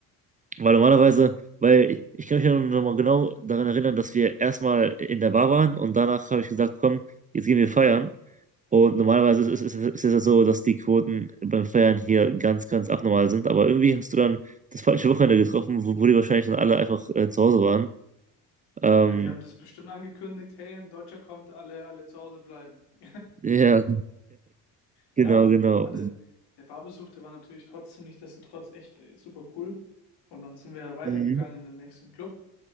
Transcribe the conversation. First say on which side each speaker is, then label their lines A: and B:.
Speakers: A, on the right; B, on the left.
A: weil normalerweise, weil ich, ich kann mich ja noch mal genau daran erinnern, dass wir erstmal in der Bar waren und danach habe ich gesagt, komm, jetzt gehen wir feiern. Und normalerweise ist, ist, ist, ist es ja so, dass die Quoten beim Feiern hier ganz, ganz abnormal sind. Aber irgendwie hast du dann das falsche Wochenende getroffen, wo, wo die wahrscheinlich dann alle einfach äh, zu Hause waren. Ähm,
B: Ja, die haben das bestimmt angekündigt, hey, ein Deutscher kommt, alle, alle zu Hause bleiben. <laughs>
A: ja,
B: Ja,
A: genau, genau.
B: aber der, der Barbesuch, der war natürlich trotzdem nichtsdestotrotz echt äh, super cool. Und dann sind wir ja weitergegangen
A: Mhm.
B: in den nächsten Club,